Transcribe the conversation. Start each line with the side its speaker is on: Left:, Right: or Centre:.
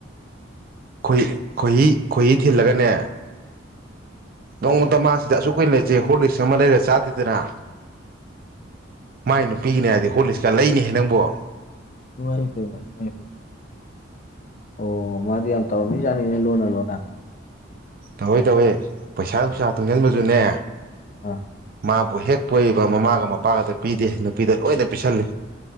Right: ꯈꯣꯏ ꯈꯣꯏꯍꯤ ꯈꯣꯏꯍꯤ ꯊꯤꯜꯂꯒꯅꯦ ꯅꯣꯡꯃꯇ ꯁꯤꯗ ꯑꯁꯨꯛ ꯀꯨꯏꯅ ꯂꯩꯖꯦ ꯍꯣꯂꯤꯛꯁ ꯑꯃ ꯂꯩꯔ ꯆꯥꯗꯦꯗꯅ꯫ ꯃꯥꯏ ꯅꯨꯄꯤꯒꯤꯅꯦ ꯍꯥꯏꯗꯤ ꯍꯣꯠ ꯂꯤꯁꯀ ꯂꯩꯅꯤꯍꯦ ꯅꯪꯕꯣ
Left: ꯃꯥꯉꯥꯏ ꯐ ꯃꯥꯅꯤꯦꯉꯦ ꯐ ꯑꯣ ꯃꯥꯗꯤ ꯌꯥꯝ ꯇꯧꯔꯝꯃꯤꯖꯠꯅꯤꯅꯦ ꯂꯣꯟꯅ ꯂꯣꯟꯅ꯫
Right: ꯇꯧꯋꯦ ꯇꯧꯋꯏ ꯄꯩꯁꯥ ꯅꯨꯡꯁꯥ ꯇꯨꯡꯁꯤꯟꯕꯗꯨꯅꯦ
Left: ꯑ
Right: ꯃꯥꯕꯨ ꯍꯦꯛ ꯄꯣꯏꯕ ꯃꯃꯥꯒ ꯃꯄꯥꯒꯗ ꯄꯤꯗꯦ ꯅꯨꯄꯤꯗ ꯂꯣꯏꯅ ꯄꯤꯁꯜꯂꯤ